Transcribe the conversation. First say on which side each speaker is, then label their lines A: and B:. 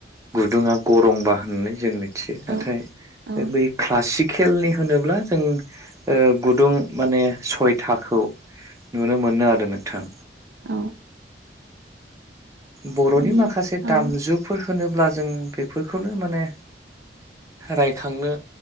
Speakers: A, on the right (about 20°); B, on the right (about 75°).
A: गुदुङा गरंबा होननानै जों मोन थियो
B: औ
A: नाथाय
B: औ
A: बै क्लासिकेलनि होनोब्ला जों ओ गुदुं माने सयथाखौ नुनो मोनो आरो नोंथां
B: औ
A: बर'नि
B: माने
A: माखासे दामजुफोर
B: औ
A: होनोब्ला जों बेफोरखौनो माने रायखांनो